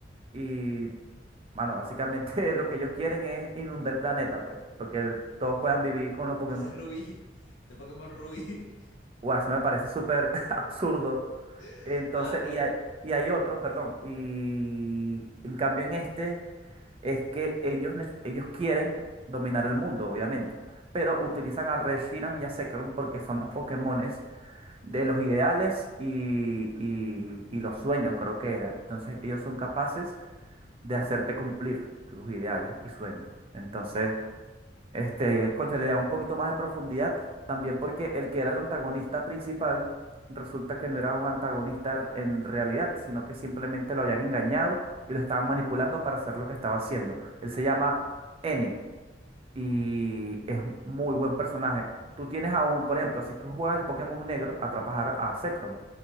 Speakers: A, on the right; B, on the left.
A: Y Mano, básicamente <laughs> lo que ellos quieren es inundar el planeta, pues, porque el- todos puedan vivir con los Pokémon.
B: Este es Rubí. Este Pokémon Rubí.
A: Guau, eso me parece súper <laughs> absurdo.
B: <laughs>
A: Entonces,
B: Nada, pero
A: y
B: es-
A: hay, y hay otro, perdón, y en cambio en este es que ellos, nec- ellos quieren dominar el mundo, obviamente, pero utilizan a Reshiram y a Zekrom porque son los Pokémones de los ideales y, y, y los sueños, creo que era. Entonces, ellos son capaces de hacerte cumplir tus ideales y sueños. Entonces... Este, concha, le da un poquito más de profundidad también porque el que era el antagonista principal resulta que no era un antagonista en realidad, sino que simplemente lo habían engañado y lo estaban manipulando para hacer lo que estaba haciendo. Él se llama N y es muy buen personaje. Tú tienes aún, por ejemplo, si tú juegas el Pokémon Negro, atrapas a, a Zekrom